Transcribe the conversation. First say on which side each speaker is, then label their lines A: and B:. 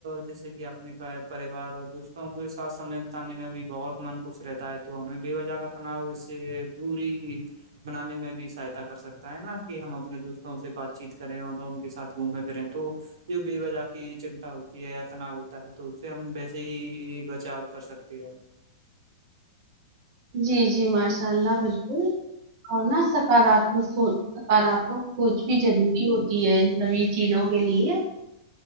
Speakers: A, on the right; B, on the right.
A: جیسے کہ آپ نے کہ پریوار اور دوستوں کے ساتھ سمے بتانے میں بھی بہت من خوش رہتا ہے تو ہمیں بے وجہ کا اپناؤ اس سے دوری بنانے میں بھی سہایتا کر سکتا ہے نا کہ ہم اپنے دوستوں سے بات ات چیت کریں اور ان کے ساتھ گھومیں پھریں تو جو بے وجہ کی چنتا ہوتی ہے یا تناؤ ہوتا ہے تو اس سے ہم ویسے ہی بچاؤ کر سکتے ہیں
B: جی جی ماشاء اللہ بالکل ہونا سک سکاراتمک سوچ سکاراتمک سوچ بھی ضروری ہوتی ہے ان سبھی چیزوں کے لیے